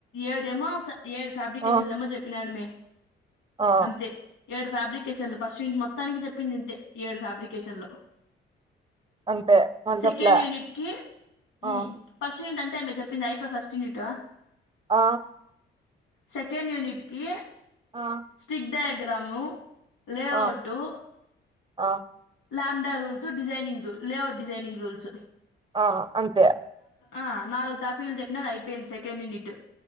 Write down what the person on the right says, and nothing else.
ఆ
ఆ
అంతే వాళ్ళు
చెప్పలే
ఆ
ఆ
ఆ
ఆ
ఆ
ఆ అంతే